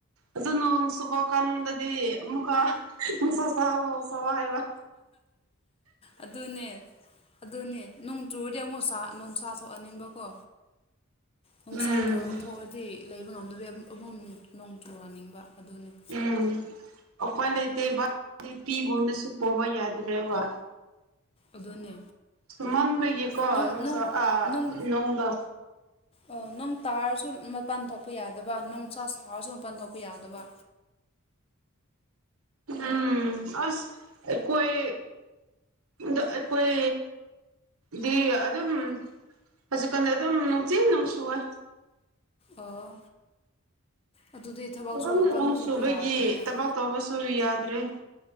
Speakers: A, on the right (about 80°); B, on the left (about 25°).
A: ꯑꯗꯨ ꯅꯣꯡ ꯁꯨꯕ ꯀꯥꯟꯗꯗꯤ ꯑꯃꯨꯛꯀ ꯅꯨꯡꯁꯥ ꯁꯥꯎ ꯁꯥꯎ ꯍꯥꯏꯕ
B: ꯑꯗꯨꯅꯦ ꯑꯗꯨꯅꯦ ꯅꯣꯡ ꯆꯨꯔꯗꯤ ꯑꯃꯨꯛ ꯁꯥ ꯅꯨꯡꯁꯥ ꯊꯣꯛꯑꯅꯤꯡꯕꯀꯣ ꯅꯨꯡꯁꯥ
A: ꯎꯝ
B: ꯊꯣꯛꯑꯗꯤ ꯂꯩꯕ ꯉꯝꯗꯕꯩ ꯑꯃꯨꯛ ꯅꯣꯡ ꯆꯨꯍꯟꯅꯤꯡꯕ ꯑꯗꯨꯅꯤ
A: ꯎꯝ ꯑꯣꯄꯥꯏ ꯂꯩꯇꯦꯕ ꯂꯤꯄꯤꯒꯨꯝꯅꯁꯨ ꯇꯧꯕ ꯌꯥꯗꯦ <unintelligible> ꯋꯥ
B: ꯑꯗꯨꯅꯦ
A: ꯁꯨꯃꯟꯕꯒꯤꯀꯣ
B: ꯅꯣꯡ
A: ꯅꯨꯡꯁ
B: ꯅꯣꯡ
A: ꯑꯥ
B: ꯅꯣꯡ
A: ꯅꯣꯡꯗꯣ
B: ꯑꯣ ꯅꯣꯡ ꯇꯥꯔꯁꯨ ꯃꯄꯥꯟ ꯊꯣꯛꯄ ꯌꯥꯗꯕ ꯅꯣꯡꯁꯥ ꯁꯥꯔꯁꯨ ꯃꯄꯥꯟ ꯊꯣꯛꯄ ꯌꯥꯗꯕ
A: ꯎꯝ ꯑꯁ ꯑꯩ ꯀꯣꯢ ꯗ ꯑꯩ ꯀꯨꯢ ꯗꯤ ꯑꯗꯨꯝ ꯍꯧꯖꯤꯛꯀꯥꯟꯗꯤ ꯑꯗꯨꯝ ꯅꯨꯡꯇꯤ ꯅꯨꯡꯁꯨꯋꯦ
B: ꯑꯣ ꯑꯗꯨꯗꯤ ꯊꯕꯛꯁꯨ
A: ꯑꯗꯨꯝ
B: ꯃꯄꯥꯟꯁꯨ
A: ꯅꯣꯡ
B: ꯊꯣꯛꯄ
A: ꯆꯨꯕꯒꯤ
B: ꯌꯥꯔꯝꯃꯣꯏ ꯅꯪ
A: ꯊꯕꯛ ꯇꯧꯕꯁꯨ ꯌꯥꯗ꯭ꯔꯦ